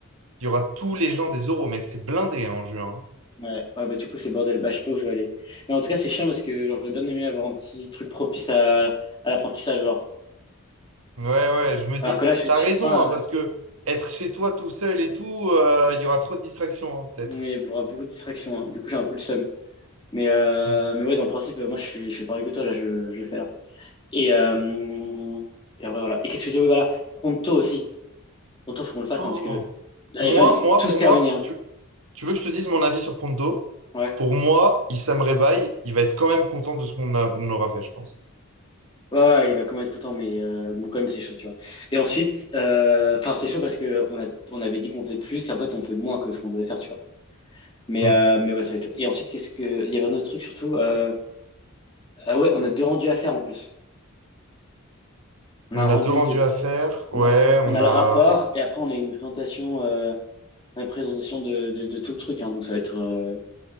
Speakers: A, on the right; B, on the left.
A: Il y aura tous les gens des euros, mec, c'est blindé hein, en juin.
B: Ouais, ouais, bah du coup c'est bordel, bah je sais pas où je vais aller. Mais en tout cas c'est chiant parce que genre, j'aurais bien aimé avoir un petit truc propice à, à l'apprentissage genre.
A: hein. Ouais, ouais, je me dis,
B: Alors que là je vais
A: t'as
B: être chez
A: raison,
B: moi,
A: hein, parce
B: euh,
A: que être chez toi tout seul et tout, euh, il y aura trop de distractions, hein, peut-être.
B: mais il y aura beaucoup de distractions, hein. Du coup j'ai un peu le seum. Mais euh,
A: Mm.
B: mais ouais dans le principe euh, moi je suis je suis pareil que toi là je je le fais là. Et euh, et en vrai, voilà. Et qu'est-ce que je veux dire? Oui voilà, Pronto aussi. Pronto faut qu'on le fasse
A: Oh.
B: hein, parce que là
A: Moi,
B: les gens ils
A: moi,
B: ont tous
A: pour
B: terminé
A: moi,
B: hein.
A: tu- Tu veux que je te dise mon avis sur Ponto?
B: Ouais.
A: Pour moi, Issam Rebaï, il va être quand même content de ce qu'on a- on aura fait, je pense.
B: Ouais, ouais, il va quand même être content, mais euh, bon, quand même, c'est chaud, tu vois. Et ensuite, euh, enfin, c'est chaud parce que on a, on avait dit qu'on faisait plus et en fait, on fait moins que ce qu'on devait faire, tu vois. Mais,
A: Hmm.
B: euh, mais ouais, ça va être chaud. Et ensuite, qu'est-ce que, il y avait un autre truc surtout. Euh, ah ouais, on a deux rendus à faire en plus. On
A: On
B: a un rendu
A: a deux rendus
B: de,
A: à faire. Ouais,
B: on a,
A: on
B: on a
A: a.
B: le rapport et après, on a une présentation, euh, une présentation de, de, de tout le truc, hein. Donc, ça va être euh,